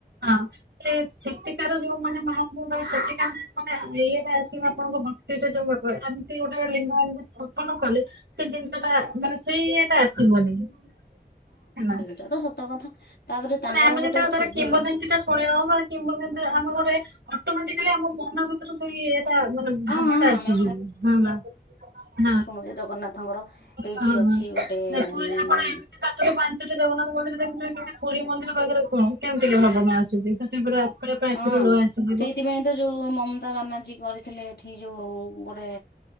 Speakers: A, on the right; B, on the left.
A: ହଁ। ସେ ସେଟିକାର ଯୋଉ ମାନେ ମହାପ୍ରଭୁ ସେଟିକାର ମାନେ ଇଏଟା ଆସିବ ଆପଣଙ୍କ ଭ <unintelligible> ଏମିତି ଗୋଟେ ଲିଙ୍ଗ ଏମିତି ସ୍ଥାପନ କଲେ ସେଜିନିଷଟା ମାନେ ସେଇଏଟା ଆସିବନି ହେଲା।
B: ସେଟାତ ସତ କଥା ତାପରେ ତାଙ୍କର
A: ମାନେ ଆମେ
B: ଗୋଟେ
A: ଯେତେବେଳେ ତାର
B: ଥିବୀୟ
A: କିମ୍ବଦନ୍ତି
B: ହଁ
A: ଶୁଣିନ କିମ୍ବ ଆମେ ଗୋଟେ ଅଟୋମଟିକାଲି ଆମ ମନ ଭିତରେ ସେଇ ଟା ମାନେ ଭାବଟା
B: ହଁ ଆମେ
A: ଆସିଯିବ ହପା ହଁ।
B: ପୁରୀ ଜଗନ୍ନାଥଙ୍କର ଏଇଠି
A: ହଁ
B: ଅଛି
A: ହଁ
B: ଗୋଟେ
A: ସେଠୁ
B: ଉଁ
A: ଏଇଖିଣା ଏମିତି ବାଟରୁ ପାଣି ସେଠି ଜଗନ୍ନାଥ ମନ୍ଦିର ଦେଖୁଛେକି ପୁରୀ ମନ୍ଦିର ପାଖରେ କଣ କେମିତିକି ଭାବନା ଆସଚୁ ସେଠି ପୁରା ଆପଣଙ୍କ
B: ହଁ
A: ଆଖିରୁ ଲୁହ ଆସିଯିବ
B: ସେଇଥିପାଇଁତ ଯୋଉ ମମତା ବାନାର୍ଜୀ କରିଥିଲେ ଏଠି ଯୋଉ ଗୋଟେ